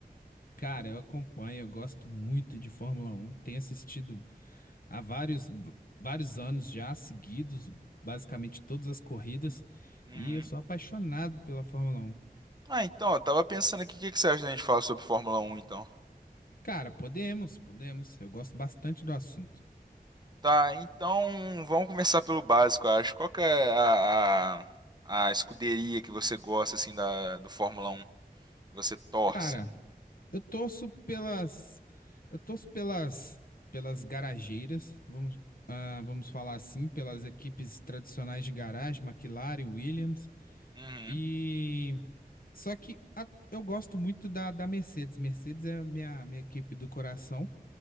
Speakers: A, on the left; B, on the right.
A: Cara, eu acompanho, eu gosto muito de Fórmula Um. Tenho assistido há vários, vários anos já seguidos, basicamente todas as corridas,
B: Uhum.
A: e eu sou apaixonado pela Fórmula Um.
B: Ah, então, eu tava pensando aqui, o que que você acha da gente falar sobre Fórmula Um, então?
A: Cara, podemos, podemos. Eu gosto bastante do assunto.
B: Tá, então vamos começar pelo básico, eu acho. Qual que é a, a, a escuderia que você gosta, assim, da, do Fórmula Um que Você torce?
A: Cara, eu torço pelas, eu torço pelas, pelas garageiras, vamos, ah, vamos falar assim, pelas equipes tradicionais de garagem, McLaren, Williams.
B: Uhum,
A: E só que a- eu gosto muito da, da Mercedes. Mercedes é a minha, minha equipe do coração.